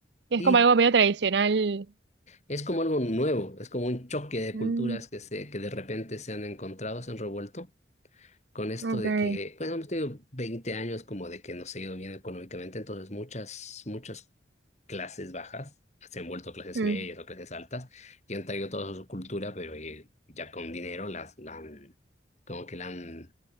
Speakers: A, on the right (about 65°); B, on the left (about 40°).
A: Es
B: Y
A: como algo medio tradicional.
B: es como algo nuevo, es como un choque de
A: Mm,
B: culturas que, se, que de repente se han encontrado, se han revuelto con esto
A: ok.
B: de que, pues hemos tenido 20 años como de que nos ha ido bien económicamente, entonces muchas, muchas clases bajas se han vuelto clases
A: Mm.
B: medias o clases altas y han traído toda su cultura, pero eh, ya con dinero las, la han, como que la han,